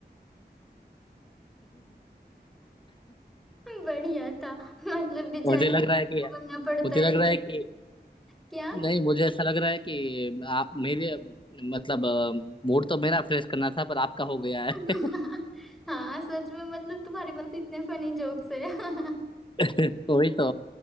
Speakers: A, in the centre; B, on the left.
A: बढ़िया था मतलब बेचारे
B: मुझे लग
A: को
B: रहा है कि
A: बनना पड़ता
B: मुझे लग
A: है
B: रहा
A: <laughs>
B: है कि
A: क्या
B: नहीं मुझे ऐसा लग रहा है कि आप मेरे मतलब मूड तो मेरा फ्रेश करना था पर आपका हो गया है
A: <laughs> हाँ सच में मतलब तुम्हारे पास इतने फनी जोक्स है <laughs>
B: <laughs> वही तो